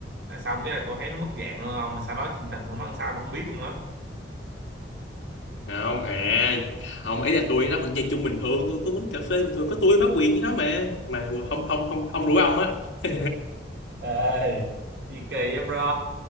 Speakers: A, on the right (about 65°); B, on the left (about 80°).
A: là xong cái là tôi thấy nó mất dạng luôn không, mà sau đó chuyện tình của nó làm sao tôi không biết luôn á.
B: không à không ý là tôi nó vẫn chơi chung bình thường tôi tôi uống cà phê bình thường có tôi bá quyền với nó mà mà không không không không rủ ông á <laughs>
A: Ê, Gì kỳ vậy bro,